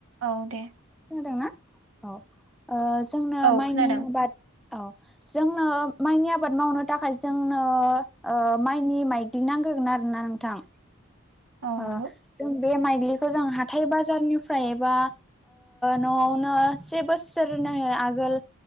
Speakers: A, on the right (about 85°); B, in the centre.
A: औ दे
B: खोनादोंना औ जोंनो
A: औ
B: माइनि
A: खोनादों
B: आबाद औ जोंनो माइनि आबाद मावनो थाखाय जोंनो ओ माइनि माइदि ना नांग्रोगोन आरोना नोंथां
A: औ
B: अ
A: नंगौ
B: जों बे माइग्लिखौ जों हाथाय बाजारनिफ्रायबा न'आवनो से बोसोर नि आगोल